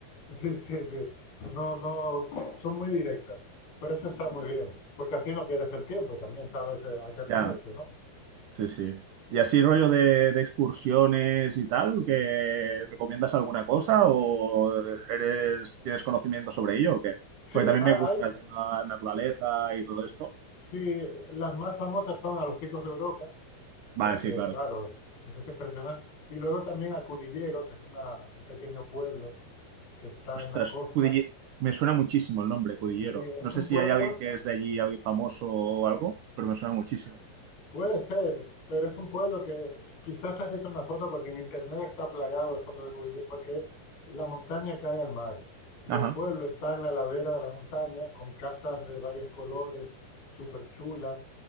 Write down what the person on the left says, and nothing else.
Sí, sí, sí. No, no, son muy directas. Pero eso está muy bien, porque así no pierdes el tiempo y también sabes eh, a qué atenderte,
¿no?
Sí,
ha-
hay,
sí, las más famosas son a los picos de Europa.
porque
claro, eso es impresionante. Y luego también a Cudillero, que es una- un pequeño pueblo que está
en la costa.
Sí, es
un
pueblo,
puede ser, pero es un pueblo que s- quizás te has visto una foto porque en internet está plagado de fotos de Cudillero, porque la montaña cae al mar y
el pueblo está en la ladera de la montaña con casas de varios colores, súper chulas.